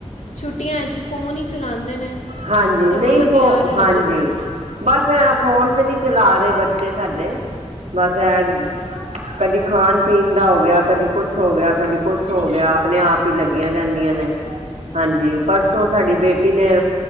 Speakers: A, on the left (about 75°); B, on the right (about 80°).
A: ਛੁੱਟੀਆਂ 'ਚ ਫੋਨ ਹੀ ਚਲਾਉਂਦੇ ਨੇ
B: ਹਾਂਜੀ,
A: ਸਗੋਂ
B: ਨਹੀਂ
A: ਵਧੀਆ
B: ਫੋ,
A: ਲੱਗਦੇ
B: ਹਾਂਜੀ
A: ਦੇ ਨੇ
B: ਬਸ ਐ ਫੋਨ ਤੇ ਨਹੀਂ ਚਲਾ ਰਹੇ ਬੱਚੇ ਸਾਡੇ, ਬਸ ਐ
A: <unintelligible>
B: ਕਦੀ ਖਾਣ-ਪੀਣ ਦਾ ਹੋ ਗਿਆ, ਕਦੀ ਕੁਛ ਹੋ ਗਿਆ, ਕਦੀ ਕੁਛ ਹੋ ਗਿਆ, ਆਪਣੇ ਆਪ ਹੀ ਲੱਗੀਆਂ ਰਹਿੰਦੀਆਂ ਨੇ। ਹਾਂਜੀ, ਪਰਸੋਂ ਸਾਡੀ ਬੇਟੀ ਨੇ